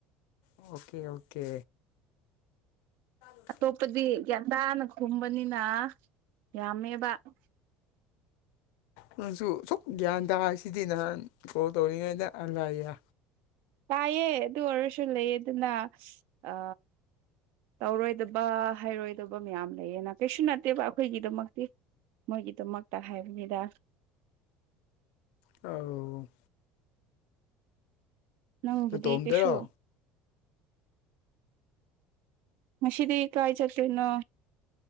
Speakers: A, on the left; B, on the right.
A: ꯑꯣꯀꯦ ꯑꯣꯀꯦ ꯆ
B: ꯑꯇꯣꯞꯄꯗꯤ ꯒ꯭ꯌꯥꯟꯊꯥꯅ ꯈꯨꯝꯕꯅꯤꯅ ꯌꯥꯝꯃꯦꯕ <inaudible>
A: ꯅꯪꯁꯨ ꯁꯨꯝ ꯒ꯭ꯌꯥꯟ ꯇꯥꯁꯤꯗꯤ ꯅꯍꯥꯟ ꯀꯣꯜ ꯇꯧꯔꯤꯉꯩꯗ ꯑꯂꯥꯏꯌꯦ
B: ꯇꯥꯏꯌꯦ ꯑꯗꯨ ꯑꯣꯏꯔꯁꯨ ꯂꯩ ꯑꯗꯨꯅ ꯑ ꯇꯧꯔꯣꯏꯗꯕ ꯍꯥꯏꯔꯣꯏꯗꯕ ꯃꯌꯥꯝ ꯂꯩꯌꯦꯅ ꯀꯩꯁꯨ ꯅꯠꯇꯦꯕ ꯑꯩꯈꯣꯏꯒꯤꯗꯃꯛꯇꯤ ꯃꯣꯏꯒꯤꯗꯃꯛꯇ ꯍꯥꯏꯕꯅꯤꯗ
A: ꯑ
B: ꯅꯪꯕꯨꯗꯤ
A: ꯅꯇꯣꯝꯇꯔꯣ
B: ꯀꯩꯁꯨ ꯃꯁꯤꯗꯤ ꯀ ꯍꯥꯏ ꯆꯠꯇꯅꯣ